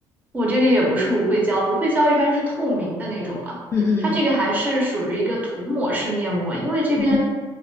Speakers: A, on the right; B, on the left.
A: 我这个也不是芦荟胶，芦荟胶一般是透明的那种嘛，
B: 嗯嗯，
A: 它这个还是属于一个涂抹式面膜，因为这边
B: 嗯